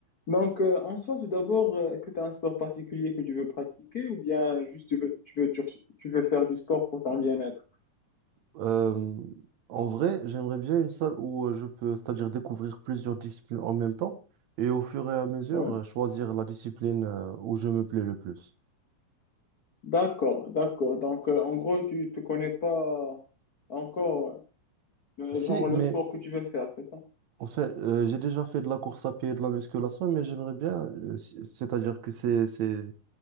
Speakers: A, on the left; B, on the right.
A: Donc, euh, en soi, tout d'abord, euh, est-ce que tu as un sport particulier que tu veux pratiquer ou bien juste tu veux, tu veux, tu tu veux faire du sport pour ton bien-être?
B: Euh, en vrai, j'aimerais bien une salle où euh, je peux, c'est-à-dire découvrir plusieurs disciplines en même temps et au fur et à mesure
A: Ouais.
B: euh, choisir la discipline euh, où je me plais le plus.
A: D'accord, d'accord. Donc, euh, en gros, tu te connais pas encore, euh,
B: Si,
A: genre,
B: mais
A: le sport que tu veux faire, c'est ça?
B: En fait, euh, j'ai déjà fait de la course à pied et de la musculation, mais j'aimerais bien, euh, c- c'est-à-dire que ces, ces,